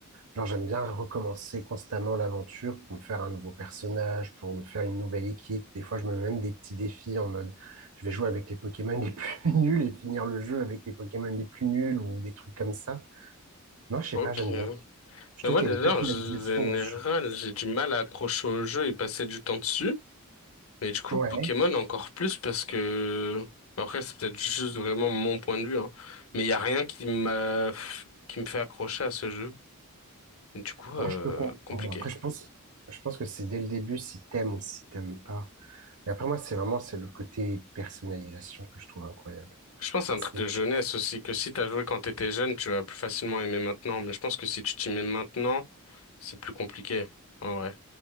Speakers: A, on the right (about 70°); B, on the left (about 75°).
A: Genre, j'aime bien recommencer constamment l'aventure pour me faire un nouveau personnage, pour me faire une nouvelle équipe. Des fois, je me mets même des petits défis en mode, je vais jouer avec les Pokémon les <laughs> plus nuls et finir le jeu avec les Pokémon les plus nuls ou des trucs comme ça. Non, je sais
B: Ok.
A: pas, j'aime
B: Mais
A: bien. Je trouve
B: moi,
A: qu'il
B: déjà,
A: y a une personnalisation
B: en général,
A: dans ce jeu.
B: j'ai du mal à accrocher au jeu et passer du temps dessus. Mais du coup,
A: Ouais,
B: Pokémon encore plus parce que, après, c'est peut-être juste vraiment mon point de vue, hein. Mais il y a rien qui m'a, qui me fait accrocher à ce jeu. Du coup,
A: non,
B: euh,
A: je peux comprendre.
B: compliqué.
A: Après, je pense, je pense que c'est dès le début si t'aimes ou si t'aimes pas. Mais après, moi, c'est vraiment, c'est le côté personnalisation que je trouve incroyable.
B: Je pense à un
A: C'est-
B: truc de jeunesse aussi, que si t'as joué quand t'étais jeune, tu vas plus facilement aimer maintenant. Mais je pense que si tu t'y mets maintenant, c'est plus compliqué. En vrai.